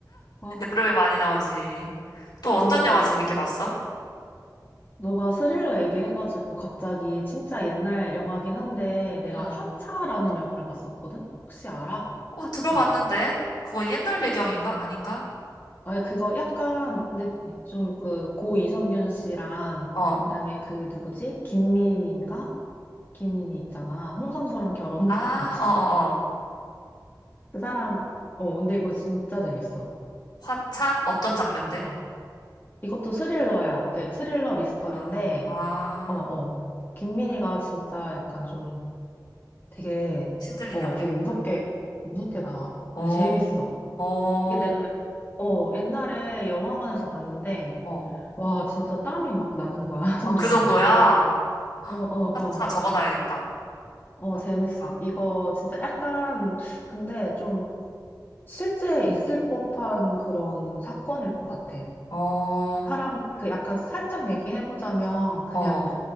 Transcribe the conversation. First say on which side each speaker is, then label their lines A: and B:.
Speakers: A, on the left; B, on the left.
A: 아,
B: 여름에 많이 나오지. 또 어떤
A: 그니까.
B: 영화 재밌게 봤어?
A: 너가 스릴러 얘기해가지고 갑자기 진짜 옛날 영화긴 한데 내가
B: 응.
A: 화차라는 영화를 봤었거든? 혹시 알아?
B: 어,
A: 화차.
B: 들어봤는데 그거 옛날 배경인가? 아닌가?
A: 아, 그거 약간 근데
B: 어,
A: 좀 그 고 이성균 씨랑
B: 어.
A: 그다음에 그 누구지? 김민희인가? 김민희 있잖아. 홍상수랑 결혼
B: 아,
A: <laughs> 알았어.
B: 어, 어, 어.
A: 그 사람 어 근데 이거 진짜 재밌어.
B: 화차? 어떤 장르인데?
A: 어. 이것도 스릴러야. 이렇게 스릴러 미스터리인데
B: 아, 아.
A: 어 어. 김민희가 진짜 약간 좀 되게,
B: 신들린
A: 어,
B: 연기를
A: 되게 무섭게,
B: 하나?
A: 무섭게 나와.
B: 어,
A: 근데 재밌어.
B: 어,
A: 이게 내가, 어, 옛날에 영화관에서 봤는데,
B: 어.
A: 와, 진짜 땀이 막 나는 거야, <laughs> 손에.
B: 아, 그 정도야? 헉,
A: 어, 어,
B: 하차
A: 어.
B: 적어놔야겠다.
A: 어,
B: 하차.
A: 재밌어. 이거 진짜 약간, 근데 좀 실제 있을 법한 그런 사건일 것 같아.
B: 어, 어,
A: 그 사람, 그 약간 살짝 얘기해보자면, 그냥
B: 어,